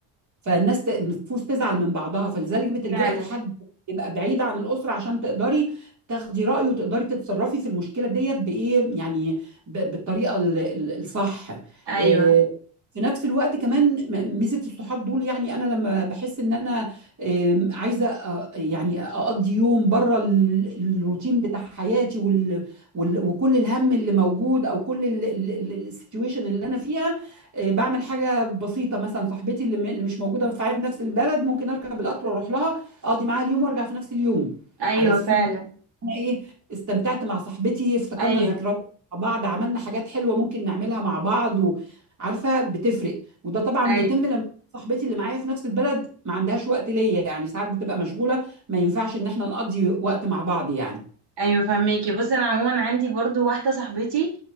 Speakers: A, on the right (about 35°); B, on the right (about 55°).
A: فالناس ت- النفوس تزعل من بعضها فلذلك بتلجئي
B: فعلا
A: لحد يبقى بعيد عن الأسرة عشان تقدري تاخدي رأيه وتقدري تتصرفي في المشكلة ديت بإيه يعني ب- بالطريقة ال- ال- الصح
B: ايوه
A: إيه، في نفس الوقت كمان م- ميزة الصحاب دول يعني أنا لما بحس إن أنا إيه، عايزة أ- يعني أقضي يوم بره الروتين بتاع حياتي وال وال- وكل الهم اللي موجود أو كل السيتويشن اللي أنا فيها آه، بعمل حاجه بسيطه مثلا صاحبتي اللي م- اللي مش موجوده في في نفس البلد ممكن اركب القطر واروح لها اقضي معاها اليوم وارجع في نفس اليوم
B: ايوه
A: على اساس
B: فعلا
A: ان انا ايه استمتعت مع صاحبتي افتكرنا
B: ايوه
A: ذكريات مع بعض عملنا حاجات حلوه ممكن نعملها مع بعض وعارفه بتفرق وده طبعا
B: ايوه
A: بيتم لما صاحبتي اللي معايا في نفس البلد ما عندهاش وقت ليا يعني ساعات بتبقى مشغوله ما ينفعش ان احنا نقضي وقت مع بعض يعني
B: ايوه فهماكي بص انا عموما عندي برضو واحده صاحبتي